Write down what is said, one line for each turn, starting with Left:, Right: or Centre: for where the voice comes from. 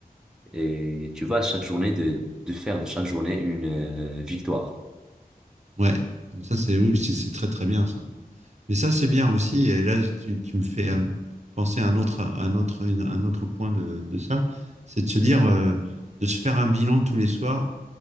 Centre: Et tu vois, chaque journée de de faire de chaque journée une euh, victoire.
Right: Ouais. Ça c'est oui, c'est c'est très très bien ça. Et ça, c'est bien aussi. Et là, tu, tu me fais euh, penser à un autre, à un autre, une- un autre point de, de ça. C'est de se dire, euh, de se faire un bilan tous les soirs,